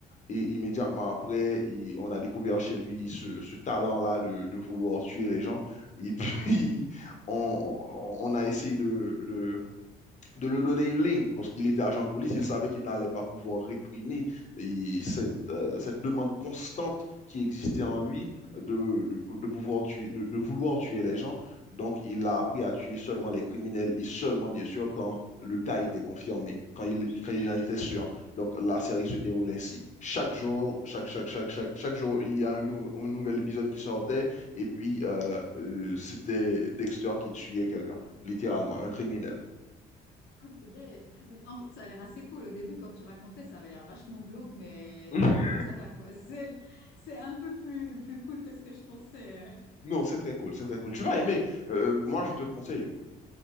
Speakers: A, on the left (about 45°); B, on the left (about 75°).
A: Et immédiatement après, il- on a découvert chez lui ce, ce talent-là de, de vouloir tuer les gens. Et puis, <laughs> on, on a essayé de, de, de lui donner une ligne, parce qu'il était agent de police, il savait qu'il n'allait pas pouvoir réprimer et cette, euh, cette demande constante qui existait en lui de, de, de pouvoir tuer, de, de, vouloir tuer les gens. Donc, il a appris à tuer seulement les criminels et seulement, bien sûr, quand le cas était confirmé, quand il, quand il en était sûr. Donc, la série se déroule
B: <laughs>
A: ainsi. Chaque jour, chaque, chaque, chaque, chaque, chaque jour, il y a un, nou un nouvel épisode qui sortait et puis euh, euh, c'était Dexter qui tuait quelqu'un, littéralement, un criminel.
B: Ah, purée. Mais en fait, ça a l'air assez cool. Au début, quand tu racontais, ça avait l'air vachement glauque, mais
A: <laughs>
B: non, en fait, ça va, quoi. <laughs> C'est, c'est un peu plus, plus cool que ce que je pensais.
A: Non, c'est très cool, c'est très cool. Tu vas aimer. Euh, euh, moi, je te le conseille,